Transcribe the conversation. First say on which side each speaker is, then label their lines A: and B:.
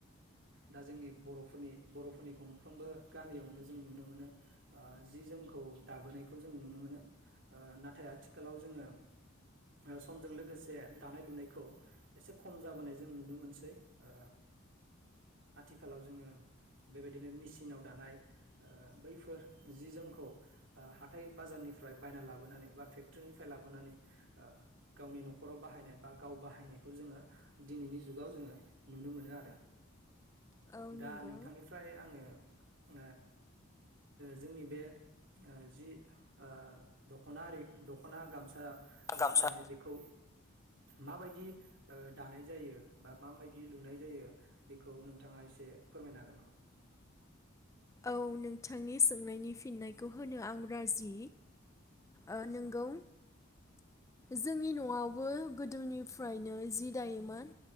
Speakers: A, on the right; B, on the left.
A: दा जोंनि बर'फोरनि बर'फोरनि गं फ्रोमबो गामियावनो जों नुनो मोनो ओ जि जोमखौ खौ दाबोनायखौ जों नुनो मोनो ओ नाथाय आथिखालाव जोङो ओ समजों लोग। लोगोसे। दानाय -लुनायखौ एसे खम जाबोनाय जों नुनो मोनसै ओ आथिखालाव जोङो बेबायदिनो मेसिनाव दानाय ओ बैफोर जि जोमखौ ओ हाथाय बाजारनिफ्राय बायना लाबोनानै बा फेक्टरनिफ्राय लाबोनानै ओ गावनि न'खर। खराव बाहायनाय बा गाव बाहायनायखौ जोङो दिनैनि जुगाव जोङो। नुनो मोनो आरो
B: औ
A: दा
B: नंगौ
A: नोंथांनिफ्राय आङो ओ। जोंनि बे ओ जि ओ दख'ना आरि। दख'ना, गामसा ओ
B: गामसा
A: आर'नाइ बेखौ। माबायदि ओ दानाय जायो बा माबायदि लुनाय जायो बेखौ नोंथाङा एसे फोरमायनो हागोन नामा।
B: औ नोंथांनि सोंनायनि फिननायखौ होनो आं राजि। ओ नंगौ जोंनि न'आवबो गोदोनिफ्रायनो जि दायोमोन।